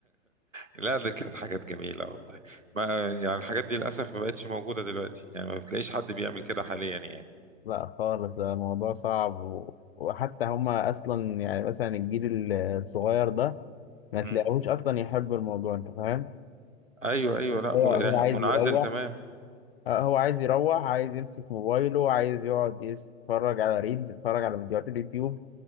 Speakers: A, on the right; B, on the left.
A: لا دي كانت حاجات جميلة والله ما يعني الحاجات دي للأسف ما بقتش موجودة دلوقتي يعني ما بتلاقيش حد بيعمل كده حاليا يعني
B: لا خالص آه، الموضوع صعب و... وحتى هما أصلا يعني مثلا الجيل الصغير ده ما
A: مم.
B: تلاقيهوش أصلا يحب الموضوع أنت فاهم
A: أيوه أيوه لا
B: هو
A: م-
B: هو
A: لا،
B: عايز
A: منعزل
B: يروح
A: تمام
B: آه، هو عايز يروح عايز يمسك موبايله عايز يقعد يتفرج على ريلز يتفرج على فيديوهات اليوتيوب